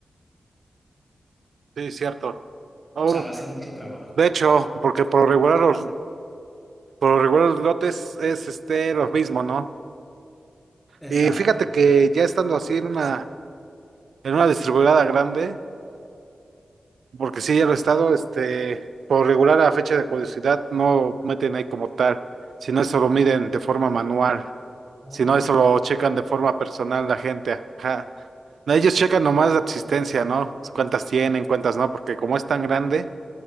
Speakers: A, on the right; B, in the centre.
A: Sí, cierto. Oh,
B: sea, va a ser mucho trabajo.
A: de hecho, porque por lo regular los, por lo regular los lotes es este lo mismo, ¿no?
B: Exacto.
A: Y fíjate que ya estando así en una, en una distribuidora grande, porque sí ya lo he estado, este, por lo regular a fecha de caducidad no meten ahí como tal, sino eso lo miden de forma manual,
B: Oh.
A: sino eso lo checan de forma personal la gente, ajá. No, Ellos checan nomás la existencia, ¿no? Cuántas tienen, cuántas no, porque como es tan grande.